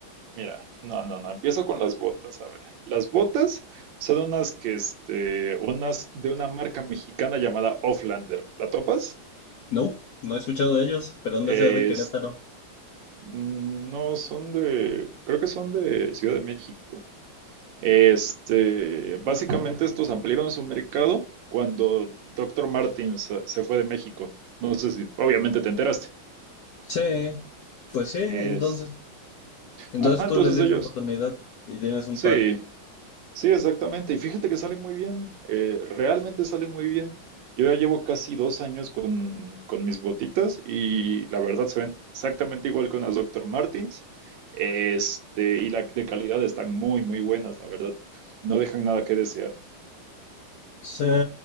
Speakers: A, on the right; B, on the left.
A: Mira, no, no, no, empiezo con las botas. A ver, las botas son unas que, este, unas de una marca mexicana llamada Offlander. ¿La topas?
B: No, no he escuchado de ellos, pero han de
A: Es,
B: ser de Querétaro.
A: mm, no, son de, creo que son de Ciudad de México. Este, básicamente estos ampliaron su mercado cuando Doctor Martins se se fue de México. No sé si, obviamente te enteraste.
B: Sí, pues sí, entonces.
A: Es,
B: Entonces
A: ajá,
B: tú
A: entonces
B: les diste
A: ellos.
B: oportunidad y tienes un
A: Sí,
B: par.
A: sí, exactamente. Y fíjate que salen muy bien, eh, realmente salen muy bien. Yo ya llevo casi dos años con, con mis botitas y la verdad se ven exactamente igual con las Doctor Martins. Este, y la de calidad están muy, muy buenas, la verdad. No dejan nada que desear.
B: Sí,